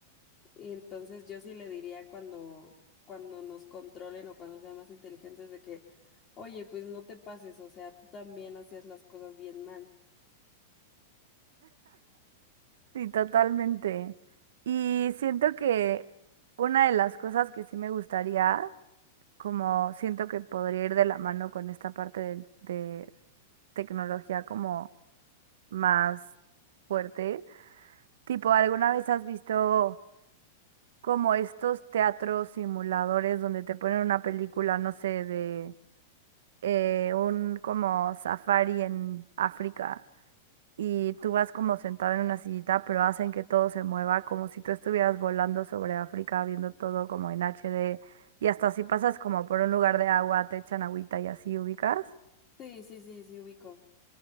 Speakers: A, on the left; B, on the right.
A: y entonces yo sí le diría cuando cuando nos controlen o cuando sean más inteligentes de que, "Oye, pues no te pases, o sea, tú también hacías las cosas bien mal."
B: Sí, totalmente. Y siento que una de las cosas que sí me gustaría, como siento que podría ir de la mano con esta parte de, de tecnología como más fuerte Tipo, ¿alguna vez has visto como estos teatros simuladores donde te ponen una película, no sé, de eh, un como safari en África y tú vas como sentado en una sillita, pero hacen que todo se mueva como si tú estuvieras volando sobre África, viendo todo como en H D y hasta si pasas como por un lugar de agua, te echan agüita y así ubicas?
A: Sí, sí, sí, sí ubico.